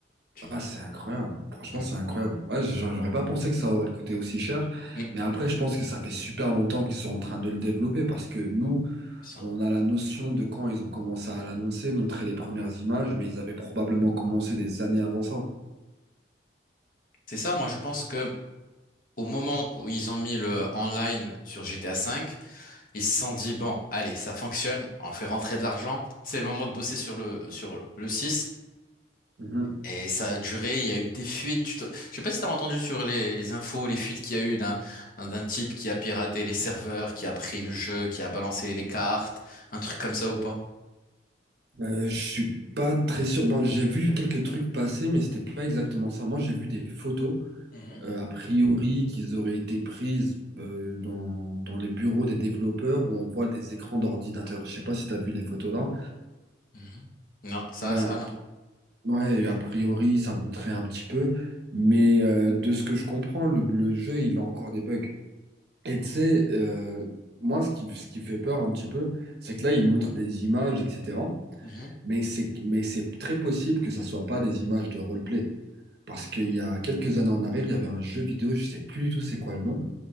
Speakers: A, on the left; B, on the right.
A: Tu imagines?
B: Ah, c'est incroyable. Franchement,
A: Ouais.
B: c'est incroyable. Ouais, j- j'aurais pas pensé que ça aurait coûté aussi cher.
A: Mm,
B: Mais après, je pense que ça fait super longtemps qu'ils sont en train de le développer parce que nous,
A: c'est ça.
B: on a la notion de quand ils ont commencé à l'annoncer, montrer les premières images, mais ils avaient probablement commencé des années avant ça.
A: C'est ça, moi je pense que Au moment où ils ont mis le online sur GTA V, ils se sont dit, bon, allez, ça fonctionne, on fait rentrer de l'argent, c'est le moment de bosser sur le, sur le six
B: Mhm.
A: Et ça a duré, il y a eu des fuites. tu te- Je sais pas si t'as entendu sur les, les infos, les fuites qu'il y a eu d'un d'un type qui a piraté les serveurs, qui a pris le jeu, qui a balancé les cartes, un truc comme ça ou pas?
B: Euh, je suis pas très sûr. Bon, j'ai vu quelques trucs passer, mais c'était pas exactement ça. Moi, j'ai vu des photos,
A: Mhm.
B: euh, a priori, qu'ils auraient été prises euh, dans, dans les bureaux des développeurs où on voit des écrans d'ordinateur. Je sais pas si tu as vu les photos là.
A: Mhm. Non, ça,
B: Ben,
A: ça, non.
B: ouais, a priori, ça montrait un petit peu, mais euh, de ce que je comprends, le, le jeu, il a encore des bugs. Et tu sais, euh, moi, ce qui, ce qui fait peur un petit peu, c'est que là, il montre des images, etc.
A: Mhm.
B: Mais c'est, mais c'est très possible que ça soit pas des images de roleplay. Parce qu'il y a quelques années en arrière, il y avait un jeu vidéo, je sais plus du tout c'est quoi le nom.